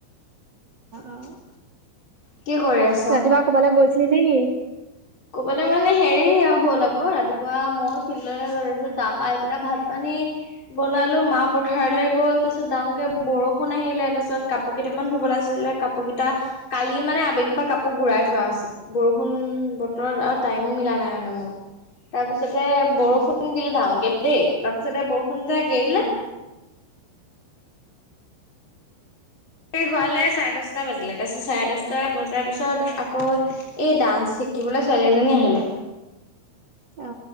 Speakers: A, on the right (about 35°); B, on the left (about 30°).
A: অ'।
B: কি কৰি আছ?
A: ৰাতিপুৱা কৰবালৈ গৈছিলি নেকি?
B: কৰবালে মানে হেৰি হ'ল আকৌ, ৰাতিপুৱা মই ফিল্ডৰে গৈছিলো, তাৰ পৰা আহ পেলাই ভাত পানী বনালো মা পথাৰলে গ'ল তাৰপিছত ডাঙৰকে বৰষুণ আহিলে তাৰপিছত কাপো কাপোৰ কেইটামান ধুবলে আছিলে কাপোৰগিতা কালি মানে আবেলিৰপা কাপোৰ গুৰাই থোৱা আছিল। বৰষুণ বতৰত আৰু টাইমো মিলা নাই মানে মোৰ তাৰপিছতে বৰষুণ
A: অ',
B: দিলে ডাঙৰকে দেই তাৰপিছতে বৰষুণ যাক এৰিলে
A: <inaudible>
B: হোৱালে চাৰে দহটা বাজিলে তাৰপিছত চাৰে দহটা বজাৰ পিছত আকৌ এই ডান্স শিকিবলে ছোৱালী এজনী আহিলে
A: অ।